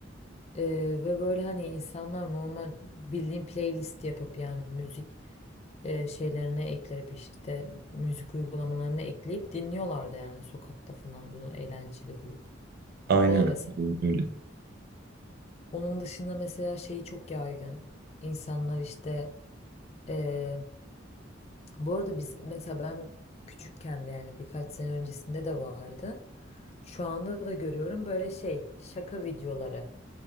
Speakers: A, on the left (about 35°); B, on the right (about 55°).
A: Ee, ve böyle hani insanlar normal bildiğin playlist yapıp yani müzik e, şeylerine ekleyip işte müzik uygulamalarına ekleyip dinliyorlardı yani sokakta falan bunu eğlenceli bulup.
B: Aynen
A: O da mesela.
B: aynen öyle.
A: Onun dışında mesela şey çok yaygın. İnsanlar işte e, bu arada biz mesela ben küçükken de yani birkaç sene öncesinde de vardı. Şu anda da görüyorum böyle şey şaka videoları.